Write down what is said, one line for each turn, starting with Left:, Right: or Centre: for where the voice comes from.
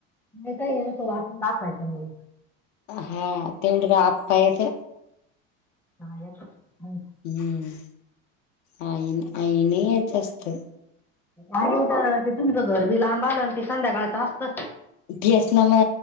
Centre: नाही, काही तो वाचून दाखवायच मग.
Left: हा, तेवढ काय आप्पा येत.
Centre: आर्या <unintelligible>
Left: हम्म. आईन -आईने यायचं असतं.
Centre: आणि तर ते तुमचं घर बी लांब आलं. न ते संध्याकाळच अस्त
Left: ढयासनामा